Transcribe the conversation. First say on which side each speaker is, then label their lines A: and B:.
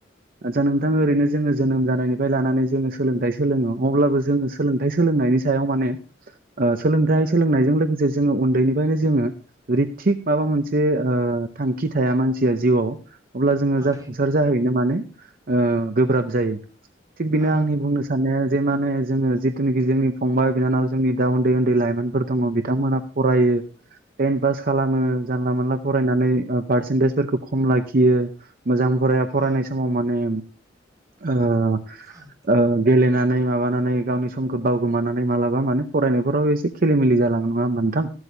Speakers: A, on the right; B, on the right.
A: आदसा नोंथां ओरैनो जोङो जोनोम जानायनिफ्राय लानानै जोङो सोलोंथाइ सोलोङो अब्लाबो जों सोलोंथाइ सोलोंनायनि सायाव माने सोलोंथाइ सोलोंनायजों लोगोसे जों उन्दैनिफ्रायनो जों आरो थिख माबा मोनसे एसे थांखि थाया मानसिया जिउआव अब्ला जोङो
B: ओं
A: जाफुंसार
B: थायो
A: जाहैनो माने गोब्राब जायो थिग बेनो
B: ओं
A: आंनि बुंनो साननाया जे माने जोङो जिथुनाखि जोंनि फंबाय बिनानाव जोंनि दा उन्दै-उन्दै लाइमोनफोर दङ बिथांमोनहा फरायो टेन पास खालामो जानला मोनला फरायनानै पारसेन्टेजफोरखौ खम लाखियो मोजां फराया फरायनाय
B: ओं
A: समाव माने ओ-ओ
B: ओं
A: गेलेनानै माबानानै गावनि समखौ बावगोमानानै मालाबा माने फरायनायफोराव एसे खले मेले जालाङो नङा होनबा नोंथां